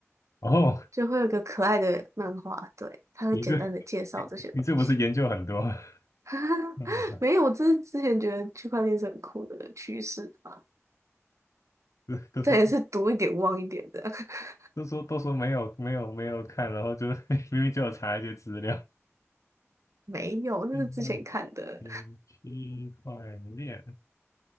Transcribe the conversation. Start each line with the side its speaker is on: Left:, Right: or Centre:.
Left: 哦，
Right: 就会有一个可爱的漫画，对，它会简单的介绍这些东西。
Left: 你这你这不是研究很多？<laughs>
Right: <laughs>
Left: 那我想
Right: 没有，这是之前觉得区块链是很酷的趋势吧？
Left: 都都说
Right: 这也是读一点忘一点的。<laughs>
Left: 都说都说没有没有没有看，然后就 <laughs> 明明就有查一些资料。
Right: 没有，那是之前看的。
Left: 嗯，嗯区块链，